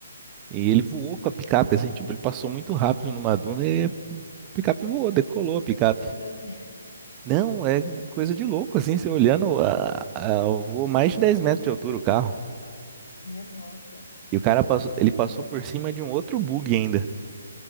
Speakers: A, on the right; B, on the left.
A: e ele voou com a picape, assim, tipo, ele passou muito rápido numa duna e a picape voou, decolou a picape.
B: Meu Deus,
A: Não, é coisa de louco, assim, você olhando, a, a, eu vou mais de 10 metros de altura o carro.
B: minha nossa, que
A: E o cara
B: perigo.
A: passou, ele passou por cima de um outro bug ainda.